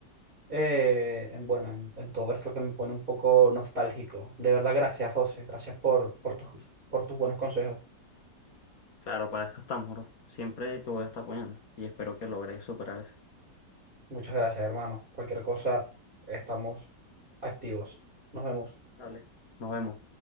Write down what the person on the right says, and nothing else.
eh, en, bueno, en, en todo esto que me pone un poco nostálgico. De verdad, gracias, José. Gracias por, por tus, por tus buenos consejos.
Muchas gracias, hermano. Cualquier cosa, estamos activos. Nos vemos.